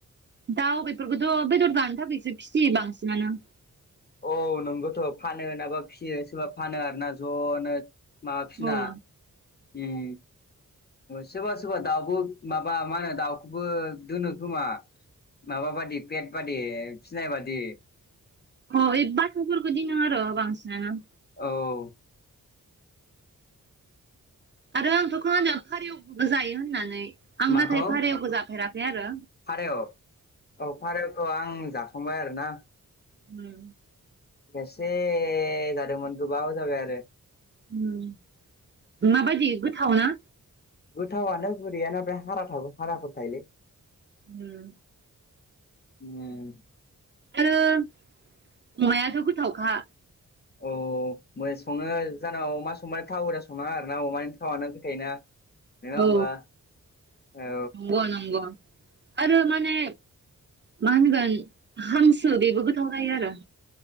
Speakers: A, on the right (about 35°); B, on the left (about 30°).
A: दाउ बेफोरखौथ' बेदर जानो थाखायसो फियो बांसिनानो
B: औ नोंगथ' फानो नाबा फियो सोरबा फानो आरोना ज'नो माबाफिना
A: अ
B: उम सोरबा सोरबा दाउबो माबा मा होनो दाउखौबो दोनो खोमा माबा बादि पेट बादि फिनाय बादि
A: औ <unintelligible> दिनो आरो बांसिनानो
B: औ
A: आरो आंथ' खोनादों फारौखौबो जायो होननानै आं
B: माखौ
A: नाथाय फारौखौ जाफेराखै आरो
B: फारौ औ फारौखौ आं जाफ खांबाय आरो ना
A: उम
B: खेबसे जादोंमोन गोबाव जाबाय आरो
A: उम माबायदि गोथाव ना
B: गोथावानो गुरैयानो ओमफ्राय हारा थाबो हाराफोर थायोलै
A: उम
B: उम
A: आरो अमायाथ' गोथावखा
B: औ मो सङो जानांगौ अमा संबाथाय थाव होना संनाङा आरोना अमानि थावानो फैखायोना नङा होमबा
A: औ
B: औ
A: नंगौ नंगौ आरो माने मा होनगोन हांसो बेबो गोथाव जायो आरो